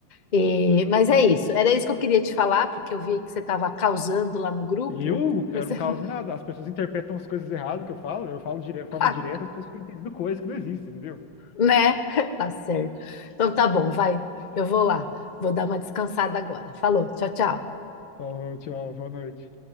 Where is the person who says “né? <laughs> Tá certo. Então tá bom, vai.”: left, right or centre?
Left